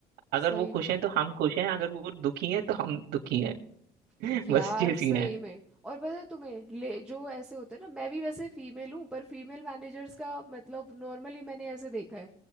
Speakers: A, on the right; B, in the centre.
A: अगर
B: सही
A: वो खुश
B: में
A: हैं तो हम खुश हैं अगर वो दुखी हैं तो हम दुखी हैं <laughs>
B: यार
A: बस ये
B: सही
A: सीन है
B: में और पता है तुम्हें ले जो ऐसे होते हैं ना मैं भी वैसे फीमेल हूँ पर फीमेल मैनेजर्स का मतलब नॉर्मली मैंने ऐसे देखा है